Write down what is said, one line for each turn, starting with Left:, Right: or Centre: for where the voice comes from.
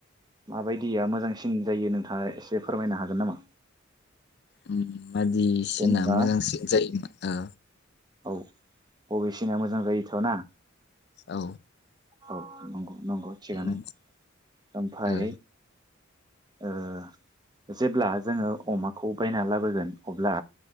Right: माबायदिया मोजांसिन जायो नोंथांङा इसे फोरमायनो हागोन नामा
Left: <inaudible> बाददिसिना
Right: जेनेबा
Left: मोजांसिन जायोमोन ओ
Right: औ बबेसिना मोजां जायोथ ना
Left: औ
Right: औ नंगौ नंगौ थिगानो
Left: उम
Right: ओमफाय
Left: औ
Right: ओ जेब्ला जोंङो अमाखौ बायना लाबोगोन अब्ला